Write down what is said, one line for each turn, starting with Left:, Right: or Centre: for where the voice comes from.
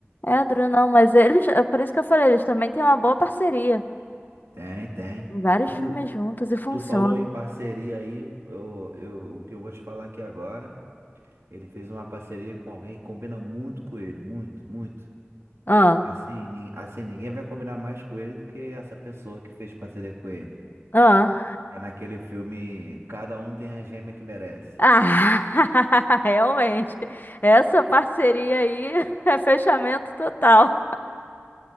Left: É a Drew, não, mas eles. É por isso que eu falei, eles também têm uma boa parceria.
Right: Tem, tem.
Left: Em vários
Right: Tu,
Left: filmes juntos e funciona.
Right: tu falou em parceria aí, eu, eu, o que eu vou te falar aqui agora. Ele fez uma parceria com alguém que combina muito com ele, muito, muito.
Left: Ah,
Right: Assim, nin- assim, ninguém vai combinar mais com ele do que essa pessoa que fez parceria com ele.
Left: ah.
Right: É naquele filme Cada Um Tem a Gêmea que Merece.
Left: Ah, <laughs> realmente. Essa parceria aí <laughs> é fechamento total.